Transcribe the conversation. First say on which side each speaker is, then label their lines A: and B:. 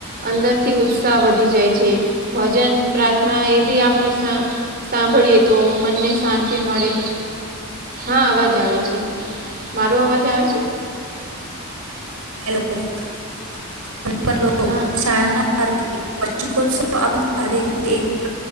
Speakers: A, on the right; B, on the right.
A: અંદર થી ઉત્સાહ વધી જાય છે. ભજન, પ્રાર્થના એ બી આપને શા સાંભળીએ તો મનને શાંતિ મળે. હા, અવાજ આવે છે. મારો અવાજ આવે છે?
B: હેલો, <inaudible> શાળાના <inaudible>
A: હા
B: <inaudible>
A: લો
B: <inaudible> <unintelligible> <inaudible> <inaudible>